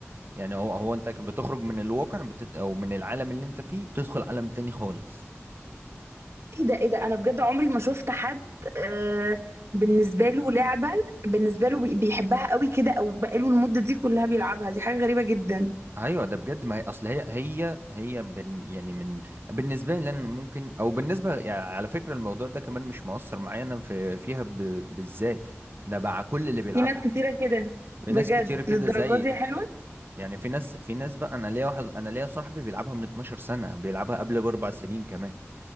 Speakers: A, on the right; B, on the right.
A: يعني هو هو انت بتخرج من الواقع بتت... او من العالم اللي انت فيه بتدخل عالم تاني خالص
B: ايه ده ايه ده انا بجد عمري ما شفت حد آه بالنسبة له لعبة بالنسبة له بي- بيحبها قوي كده او بقاله المدة دي كلها بيلعبها دي حاجة غريبة جدا
A: ايوه ده بجد ما هي اصل هي هي هي بن يعني من بالنسبه لي انا ممكن او بالنسبه يعني على فكره الموضوع ده كمان مش مؤثر معايا انا في فيها ب... بالذات ده مع كل اللي بيلعبها
B: في ناس كتيرة كده
A: في
B: بجد
A: ناس كتير كده
B: للدرجات
A: زي
B: دي حلوة
A: يعني في ناس في ناس بقى انا ليا واحد انا ليا صاحبي بيلعبها من 12 سنه بيلعبها قبل باربع سنين كمان